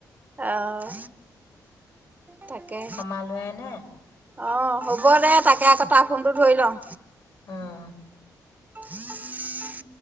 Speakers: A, on the right; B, on the left.
A: অহ তাকে
B: হামালোৱাই নে?
A: অহ হ'ব দে তাকে আকৌ তাৰ ফোনটো ধৰি লওঁ
B: অহ
A: উম